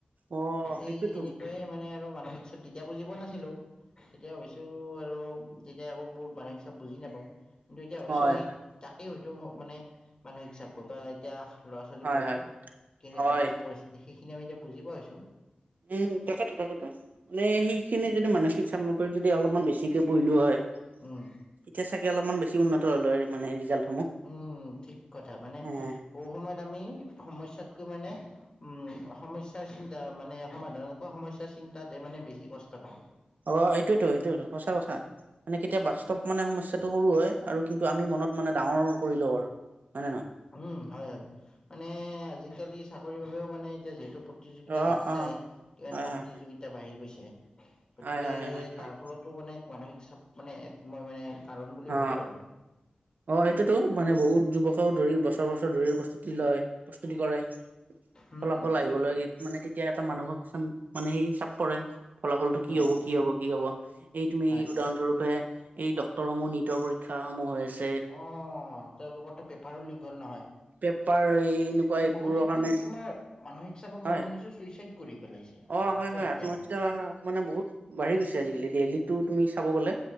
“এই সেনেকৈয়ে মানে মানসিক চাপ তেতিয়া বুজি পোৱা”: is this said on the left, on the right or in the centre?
Left